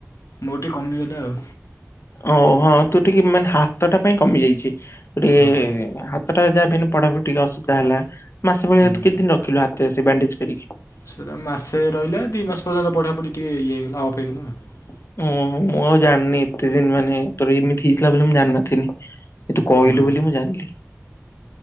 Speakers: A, on the left; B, on the left.
A: ଗୋଟିଏ କମିଗଲା ଆଉ।
B: ଓହଁ ତୁ ଟିକେ ମାନେ ହାତଟା ପାଇଁ କମି ଯାଇଛି ତୁ ଟିକେ
A: ହଁ
B: ହାତ ପା ଯାହାବି ହେଲେ ପଢାପଢି ଟିକେ ଅସୁବିଧା ହେଲା ମାସ ଭଳିଆ
A: ହୁଁ
B: ତୁ କେତେ ଦିନ ରଖିଲୁ ହାତ ସେ ବାଣ୍ଡେଜ କରିକି?
A: ସେଟା ମାସେ ରହିଲା ଦି ମାସ ପର୍ଯ୍ୟନ୍ତ ପଢାପଢି ଟିକେ ଇଏ ହେଇଗଲା ଅଫ୍ ହେଇଗଲା ଆଉ।
B: ଓହୋ ମୁଁ ଆଉ ଜାଣିନି ଏତେ ଦିନ ମାନେ ତୋର ଏମିତି ହେଇଥିଲା ବୋଲି ମୁଁ ଜାଣିନଥିଲି। ଏ ତୁ କହିଲୁ
A: ଆଉ
B: ବୋଲି ମୁଁ ଜାଣିଲି।